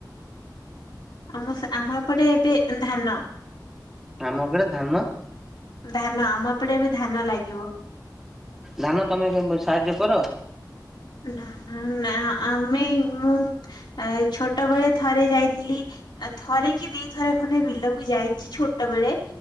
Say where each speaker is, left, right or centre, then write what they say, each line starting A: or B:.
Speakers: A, on the left; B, in the centre.
A: ଆମ ସେ ଆମ ଏପଟେ ଏବେ ଧାନ।
B: ଆମ <unintelligible> ଧାନ
A: ଧାନ ଆମ ଏପଟେ ଏବେ ଧାନ ଲାଗିବ।
B: ଧାନ ତମେ କେମ୍ ସାହାଯ୍ୟ କର?
A: ନା-ନା-ନା ଆମେ ମୁଁ ଛୋଟବେଳେ ଥରେ ଯାଇଥିଲି ଆ ଥରେ କି ଦି ଥର ଖଣ୍ଡେ ବିଲକୁ ଯାଇଚି ଛୋଟ ବେଳେ।